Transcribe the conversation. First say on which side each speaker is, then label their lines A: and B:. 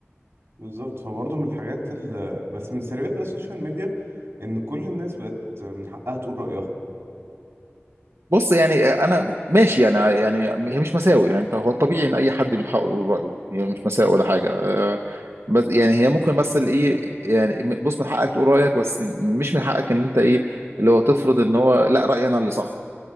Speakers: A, on the right (about 65°); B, on the right (about 85°).
A: بالظبط فبرضه من الحاجات ال... بس من سلبيات بقى السوشيال ميديا ان كل الناس بقت من حقها تقول رأيها
B: بص يعني انا ماشي يعني يعني هي مش مساوي يعني انت هو الطبيعي ان اي حد من حقه يقول رايه هي مش مساوي ولا حاجه آه، بس يعني هي ممكن بس الايه يعني بص من حقك تقول رايك بس مش من حقك ان انت ايه اللي هو تفرض ان هو لا رايي انا اللي صح